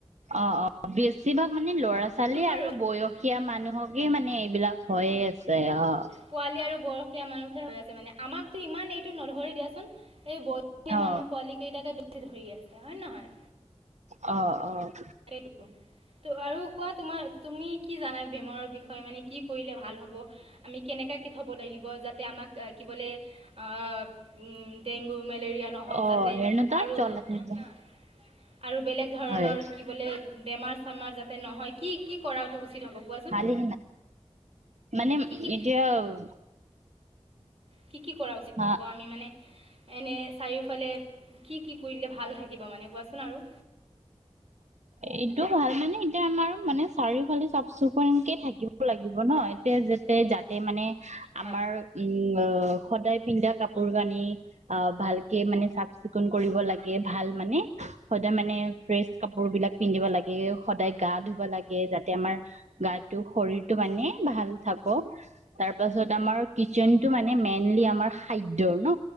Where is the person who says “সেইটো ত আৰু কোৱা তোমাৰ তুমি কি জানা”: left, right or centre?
Right